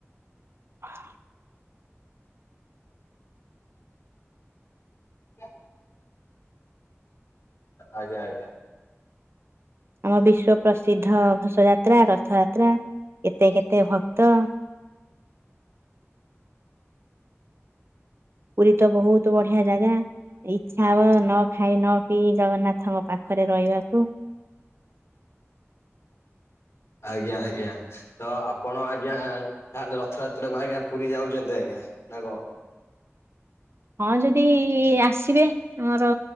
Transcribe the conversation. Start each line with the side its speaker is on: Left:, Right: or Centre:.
Right: ହ
Left: <inaudible> ଆଜ୍ଞା ଆଜ୍ଞା।
Right: ଆମ ବିଶ୍ଵ ପ୍ରସିଦ୍ଧ ଘୋଷ ଯାତ୍ରା ରଥଯାତ୍ରା କେତେ କେତେ ଭକ୍ତ ପୁରୀ ତ ବହୁତ ବଢିଆ ଜାଗା। ଇଚ୍ଛା ହବ ନ ଖାଇ ନ ପିଇ ଜଗନ୍ନାଥଙ୍କ ପାଖରେ ରହିବାକୁ।
Left: ଆଜ୍ଞା ଆଜ୍ଞା। ତ ଆପଣ ଆଜ୍ଞା ତାହେଲେ ରଥଯାତ୍ରାକୁ ଆଜ୍ଞା ପୁରୀ ଯାଉଛନ୍ତି ଆଜ୍ଞା ନା କ?
Right: ହଁ ଯଦି ଆସିବେ ମୋର